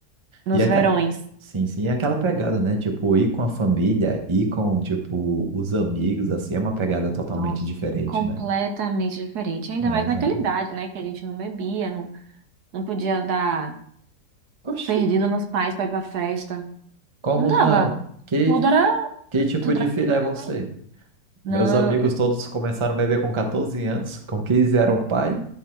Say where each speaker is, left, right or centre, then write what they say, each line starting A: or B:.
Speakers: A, on the right; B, on the right.
A: nos
B: E é aquela...
A: verões.
B: Sim, sim, é aquela pegada, né? Tipo, ir com a família, ir com, tipo, os amigos, assim, é uma pegada totalmente
A: Nossa,
B: diferente,
A: completamente
B: né?
A: diferente. Ainda
B: É,
A: mais
B: exato.
A: naquela idade, né? Que a gente não bebia, não, não podia dar
B: Oxi,
A: perdido nos pais pra ir pra festa.
B: como
A: Não dava.
B: não? Que,
A: Tudo era,
B: que tipo
A: tudo
B: de
A: era,
B: filho
A: não
B: é
A: era
B: você?
A: bem. Não,
B: Meus amigos
A: eu-
B: todos começaram a beber com 14 anos, com 15 eram pai,